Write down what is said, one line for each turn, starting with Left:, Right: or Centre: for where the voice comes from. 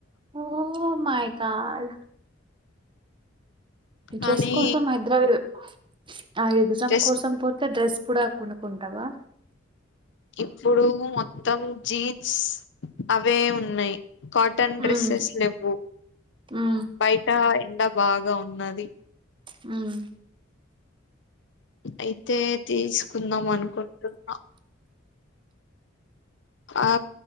Right: ఓ మై గాడ్
Left: కానీ
Right: డ్రెస్ కోసం హైదరాబాద్ ఆ ఎగ్జామ్
Left: డ్రెస్
Right: కోసం పోతే డ్రెస్ కూడా కొనుకుంటావా
Left: ఇప్పుడు మొత్తం జీన్స్ అవే ఉన్నాయి కాటన్ డ్రెస్సెస్
Right: ఉమ్
Left: లేవు
Right: ఉమ్
Left: బయట ఎండ బాగా ఉన్నది
Right: హ్మ్
Left: అయితే తీసుకుందాం అనుకుంటున్నా ఆ